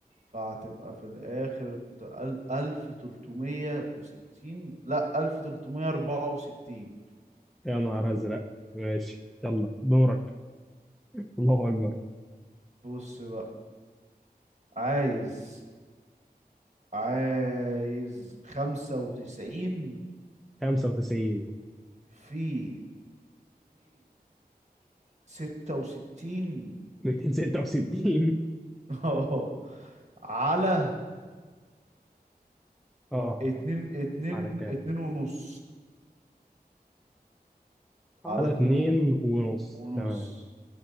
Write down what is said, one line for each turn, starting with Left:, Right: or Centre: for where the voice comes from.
Right: فهتبقى في الآخر ت- ال- ألف تلتمية وستين لأ ألف تلتمية أربعة وستين
Centre: يا نهار أزرق ماشي يلا دورك الله أكبر
Right: بص بقى عايز عايز خمسة وتسعين
Centre: 95
Right: في 266
Centre: 266
Right: اه <laughs> على
Centre: اه
Right: اتنين اتنين
Centre: على كام؟
Right: اتنين ونص
Centre: على
Right: على اتنين
Centre: اتنين ونص
Right: ونص
Centre: تمام